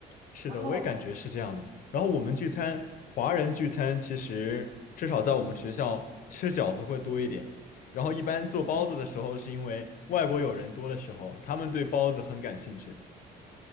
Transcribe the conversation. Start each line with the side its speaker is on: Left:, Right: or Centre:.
Left: 是的，
Right: 然后
Left: 我也感觉是这样的。然后我们聚餐，
Right: 嗯
Left: 华人聚餐其实至少在我们学校吃饺子会多一点。然后一般做包子的时候，
Right: 嗯。
Left: 是因为外国友人多的时候，他们对包子很感兴趣。